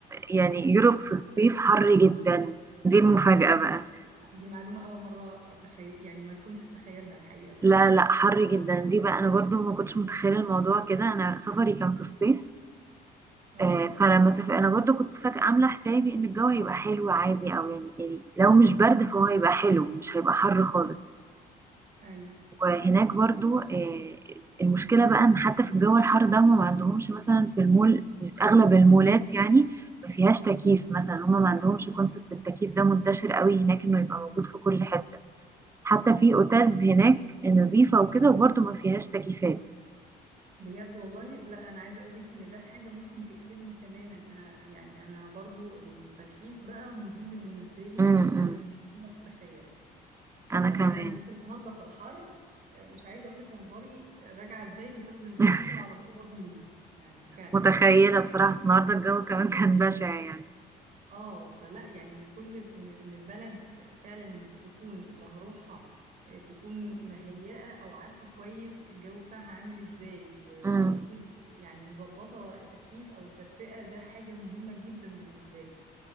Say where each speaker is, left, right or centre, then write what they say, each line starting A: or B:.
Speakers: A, on the right; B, on the right.
A: يعني يوروب في الصيف حر جدا دي المفاجأة
B: بجد
A: بقى
B: دي معلومة اول مرة اتخيل يعني ما كنتش اتخيلها الحقيقة بجد
A: لا لا حر جدا دي بقى انا برضو ما كنتش متخيله الموضوع كده انا سفري كان في الصيف
B: اه
A: آه، فلما سافر انا برضو كنت فاكره عامله حسابي ان الجو هيبقى حلو عادي او يعني يعني لو مش برد فهو هيبقى حلو مش هيبقى حر خالص
B: ايوه
A: وهناك برضو آه، المشكله بقى ان حتى في الجو الحر ده هم ما عندهمش مثلا في المول اغلب المولات يعني ما فيهاش تكييف مثلا هم ما عندهمش كونسبت التكييف ده منتشر قوي هناك انه يبقى موجود في كل حته حتى في اوتيلز هناك نظيفه وكده وبرضو ما فيهاش تكييفات
B: بجد والله لا انا عايزه اقولك ان ده حاجه ممكن تقفلني تماما انا يعني انا برضو التكييف بقى مهم بالنسبه لي
A: امم
B: جدا ما تتخيل
A: انا
B: يعني
A: كمان
B: انا نزلت النهارده في الحر آه، مش عايزه اقولك منظري راجعه ازاي بسبب ان التكييف
A: <laughs>
B: العربيه باظ مني يعني فعلا
A: متخيله بصراحه أصل النهارده الجو كمان كان بشع يعني
B: اه فلا يعني كل ان ان البلد فعلا تكون اللي هروحها آه، تكون مهيئة او عارفة كويس الجو بتاعها عامل ازاي و-
A: امم
B: وتكون يعني مظبطة التكييف او التدفئة ده حاجة مهمة جدا بالنسبة لي